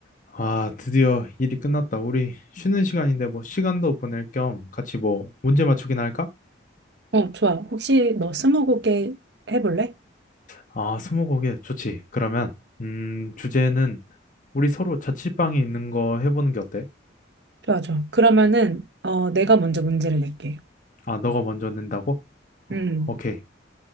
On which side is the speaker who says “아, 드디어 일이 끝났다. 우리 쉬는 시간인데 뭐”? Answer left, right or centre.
Left